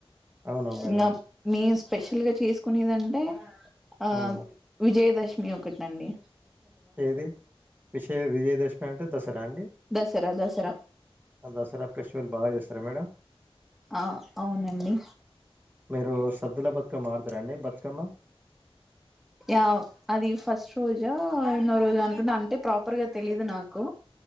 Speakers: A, on the right; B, in the centre.
A: అవునా మేడం
B: ఇంకా మేము స్పెషల్ గా చేసుకునేదంటే ఆ
A: ఉమ్
B: విజయదశమి ఒకటి అండి
A: ఏది విషయ విజయదశమి అంటే దస్ రండి
B: దసరా దసరా
A: దసర ఫెస్టివల్ బాగా చేస్తారా మేడం
B: ఆ అవునండి
A: మీరు సద్దుల బతుకమ్మ ఆడుతారా అండి బతుకమ్మ
B: యా అది ఫస్ట్ రోజా ఎన్నో రోజు అనుకుంట అంటే ప్రాపర్గా తెలీయదు నాకు